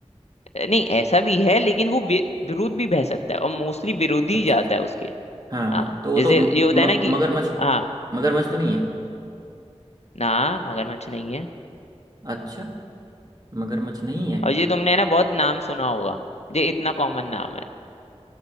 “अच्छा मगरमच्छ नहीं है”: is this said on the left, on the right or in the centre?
Right